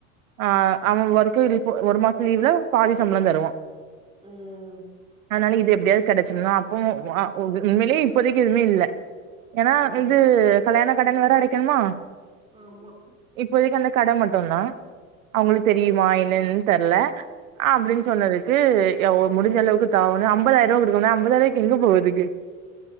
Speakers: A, on the right; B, on the right.
A: ஆ அவ ஒர்க்கு இப்ப ஒரு மாச லீவ்ல பாதி சம்பளந் தருவா
B: ம்
A: அனால இது எப்டியாவது கெடச்சிடனு அப்போ உண்மைலே இப்போதைக்கு எதுமே இல்ல ஏன்னா
B: ஆ
A: இது கல்யாண கடன வேற அடைக்கணுமா
B: ஆமா
A: இப்போதிக்கி அந்த கட மட்டுந்தா அவுங்களுக் தெரிமா என்னனு தெர்ல அப்டின் சொன்னதுக்கு எ ஓ முடிஞ்சளவுக்கு தவண ஐம்பதாயரூவா குடுக்கவுமே ஐம்பதாயரூவாய்க்கு எங்க போவதுக்கு